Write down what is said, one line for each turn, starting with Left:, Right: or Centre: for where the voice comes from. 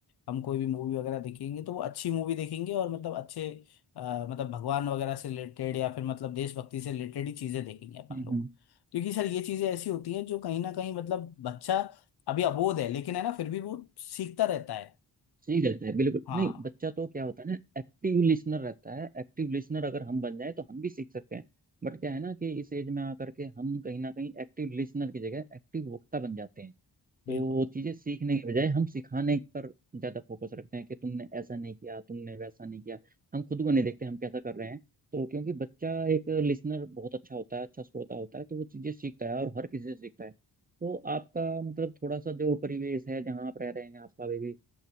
Left: हम कोई भी मूवी वगैरह देखेंगे तो वो अच्छी मूवी देखेंगे और मतलब अच्छे अ, मतलब भगवान वगैरह से रिलेटेड या फिर मतलब देशभक्ति से रिलेटेड ही चीजें देखेंगे अपन
Right: हम्म
Left: लोग
Right: हम्म।
Left: क्योंकि सर ये चीजें ऐसी होती हैं जो कहीं ना कहीं मतलब बच्चा अभी अबोध है लेकिन है ना फिर भी वो सीखता रहता है
Right: सही रहता है बिल्कुल
Left: हाँ
Right: नहीं बच्चा तो क्या होता है ना एक्टिव लिसनर रहता है एक्टिव लिसनर अगर हम बन जाए तो हम भी सीख सकते हैं बट क्या है ना कि इस एज में आकर के हम कहीं ना कहीं एक्टिव लिसनर की जगह एक्टिव वक्ता बन जाते हैं
Left: बिल्कुल
Right: तो चीजें सीखने के बजाय हम सिखाने पर ज्यादा फोकस रखते हैं कि तुमने ऐसा नहीं किया तुमने वैसा नहीं किया हम खुद को नहीं देखते हम कैसा कर रहे हैं तो क्योंकि बच्चा एक लिसनर बहुत अच्छा होता है अच्छा श्रोता होता है तो वो चीजें सीखता है और हर किसी से सीखता है तो आपका मतलब थोड़ा सा जो परिवेश है जहाँ आप रह रहे हैं आपका भी